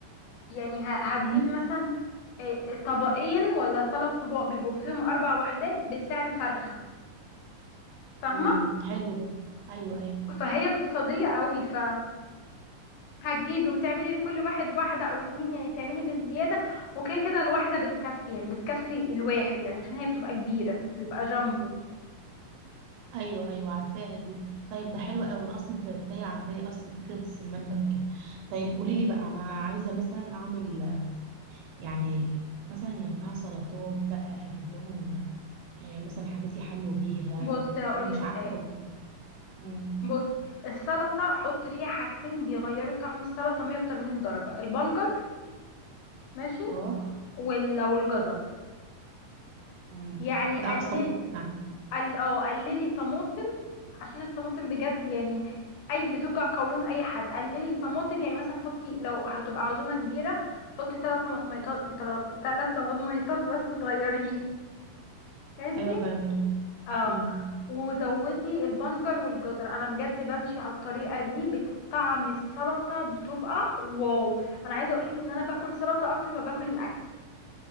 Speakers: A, on the left; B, on the right.
A: يعني ه- هتجيبي
B: امم
A: مثلا آه، آه، طبقين ولا ثلاث طباق بيبقوا فيهم أربع وحدات بسعر فرخة فاهمة
B: امم حلو ده ايوه ايوه
A: فهي اقتصادية قوي ف هتجيبي وتعملي لكل واحد واحدة أو اتنين يعني تعملي بالزيادة وكده كده الواحدة بتكفي يعني بتكفي الواحد يعني عشان هي بتبقى كبيرة بيبقى جامبو
B: ايوه ايوه عارفاها دي طيب ده حلو قوي انا اصلا كانت تايه عن بالي اصلا فكره السمان ده وكده طيب قولي لي بقى انا عايزه مثلا اعمل يعني مثلا جنبها سلطات بقى اجيب لهم آه، مثلا حاجات يحلوا بيها
A: بصي هقولك
B: مش عارفه
A: حاجة
B: والله. امم
A: بص السلطة حط فيها حاجتين بيغيروا طعم السلطة 180 درجة البنجر ماشي
B: اه
A: وال- والجزر
B: امم
A: يعني
B: ده
A: قلل
B: على السلطات يعني.
A: قل اه قللي طماطم عشان الطماطم بجد يعني اي بتوجع قولون اي حد قللي طماطم يعني مثلا حطي لو هتبقى عزومة كبيرة حطي ثلاث طماطميطات ثلاث طماطميطات بس صغيرين ماشي
B: ايوه فاهمك
A: اه
B: امم
A: وزودي البنجر والجزر انا بجد بمشي على الطريقه دي بت- طعم السلطه بتبقى واو انا عايزه اقولك ان انا باكل سلطه اكتر ما باكل الاكل